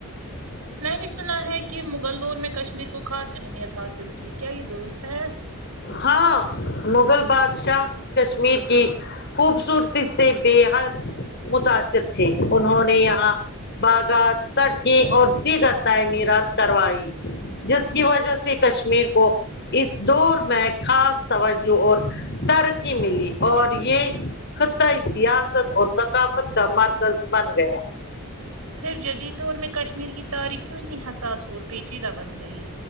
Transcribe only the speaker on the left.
ہاں مغل بادشاہ کشمیر کی خوبصورتی سے بےحد متاثر تھے انہوں نے یہاں باغات سٹکی اور دیگر تعمیرات کروائی جس کی وجہ سے کشمیر کو اس دور میں خاص توجہ اور ترقی ملی اور یہ خطائی سیاست اور ثقافت کا مرکز بن گیا